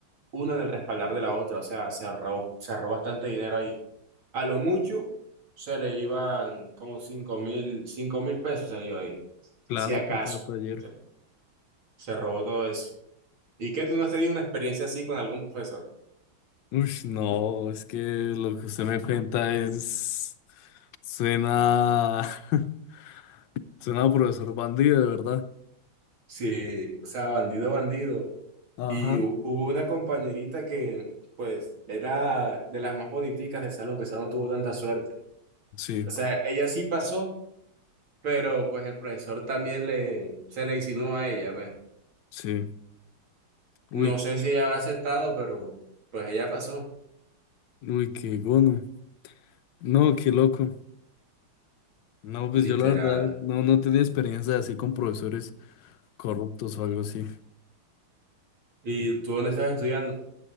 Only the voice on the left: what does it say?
Claro,
por
cada taller.
Uy, no, es que lo que usted me cuenta es... Suena... <laughs> Suena a profesor bandido, de verdad.
Ajá.
Sí,
sí.
Uy,
uy, qué gono. No, qué loco. No, pues
yo la verdad no, no tenía experiencia así con profesores corruptos o algo así.